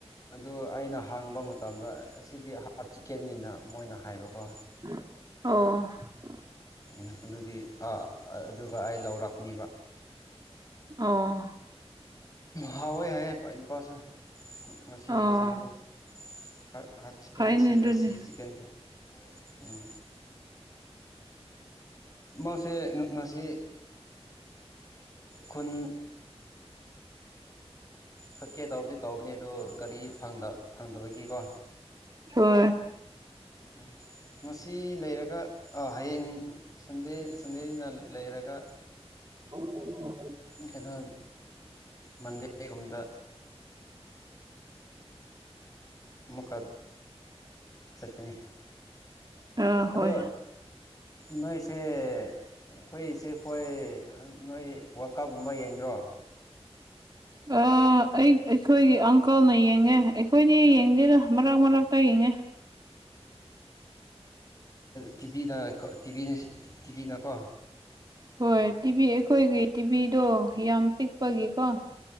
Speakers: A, on the left; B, on the right.
A: ꯑꯗꯨ ꯑꯩꯅ ꯍꯥꯡꯕ ꯃꯇꯝꯗ ꯑꯁꯤꯗꯤ ꯍꯥꯔꯠ ꯆꯤꯛꯀꯦꯟꯅꯤꯅ ꯃꯣꯏꯅ ꯍꯥꯏꯕꯀꯣ
B: ꯑꯣ
A: ꯎ ꯑꯗꯨꯗꯤ ꯑꯗꯨꯒ ꯑꯩ ꯂꯧꯔꯛꯅꯤꯕ
B: ꯑꯣ
A: ꯍꯑꯣ ꯍꯥꯏ ꯑꯩ ꯄꯁꯨ ꯃꯁꯤꯒꯤ
B: ꯑꯣ
A: ꯌꯦꯟꯁꯥꯡꯗꯣ ꯍꯥꯔꯠ ꯆꯤꯛꯀ
B: ꯐꯩꯅꯦ ꯑꯗꯨꯗꯤ
A: ꯑꯁꯤ ꯆꯤꯛꯀꯟꯁꯦ ꯎꯝ ꯃꯥꯁꯦ ꯉꯁꯤ ꯈꯨꯟ ꯆꯠꯀꯦ ꯇꯧꯕꯗꯤ ꯇꯧꯕꯅꯦ ꯑꯗꯣ ꯒꯥꯔꯤ ꯐꯪꯗꯕꯒꯤꯀꯣ
B: ꯍ
A: ꯎꯝ ꯃꯁꯤ ꯂꯩꯔꯒ ꯍꯌꯦꯡ ꯁꯟꯗꯦ ꯁꯟꯗꯦꯅ ꯂꯩꯔꯒ
B: ꯑꯣ
A: ꯀꯩꯅꯣ ꯃꯟꯗꯦꯒꯨꯝꯗ ꯃꯧꯀꯥ ꯆꯠꯀꯅꯤ
B: ꯑꯥ
A: ꯑꯗ
B: ꯍꯣꯏ
A: ꯅꯣꯏꯁꯦ ꯑꯩꯈꯣꯏꯁꯦ ꯑꯩꯈꯣꯏ ꯅꯣꯏ ꯋꯥꯔꯜ ꯀꯞꯀꯨꯝꯕ ꯌꯦꯡꯗ꯭ꯔꯣ
B: ꯑ ꯑ ꯑꯩ ꯑꯩꯈꯣꯏꯒꯤ ꯑꯪꯀꯜꯅ ꯌꯦꯡꯉꯦ ꯑꯩꯈꯣꯏꯗꯤ ꯌꯦꯡꯗꯦꯗ ꯃꯔꯛ ꯃꯔꯛꯇ ꯌꯦꯡꯉꯦ
A: ꯇꯤꯚꯤꯗ ꯇꯤꯚꯤ ꯇꯤꯚꯤꯅꯀꯣ
B: ꯍꯣꯏ ꯇꯤꯚꯤ ꯑꯩꯈꯣꯏꯒꯤ ꯇꯤꯚꯤꯗꯣ ꯌꯥꯝ ꯄꯤꯛꯄꯒꯤꯀꯣ